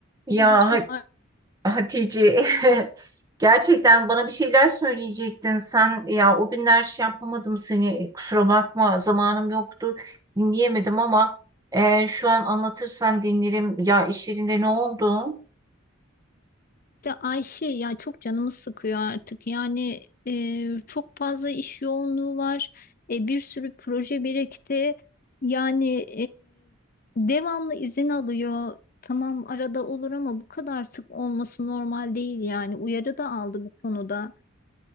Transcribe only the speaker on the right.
Ya
Ha-
Hatice <laughs> gerçekten bana bir şeyler söyleyecektin sen ya o günler şey yapamadım seni kusura bakma zamanım yoktu dinleyemedim ama e, şu an anlatırsan dinlerim ya iş yerinde ne oldu?